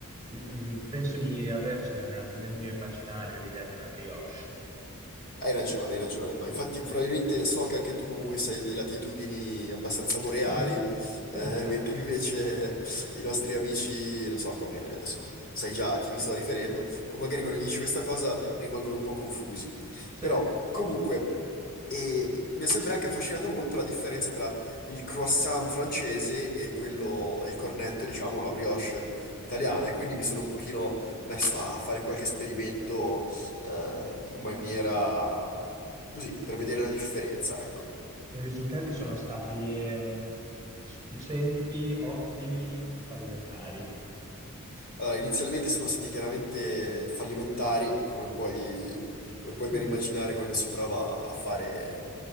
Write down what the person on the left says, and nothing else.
Hai ragione, hai ragione, ma infatti probabilmente so che anche tu comunque sei di latitudini abbastanza boreali,
eh, <laughs> mentre invece i nostri amici, non so come, adesso sai già a chi mi sto riferendo, come magari quando dici questa cosa rimangono un po' confusi.
Però
comunque e mi è sempre anche affascinato molto la differenza tra il croissant francese e quello, e il cornetto, diciamo, la brioche italiana, e quindi mi sono un pochino messo a fare qualche esperimento eh, in maniera così, per vedere la differenza, ecco.
Allora, inizialmente sono stati chiaramente fallimentari, come puoi, come puoi
ben immaginare quando si prova a fare,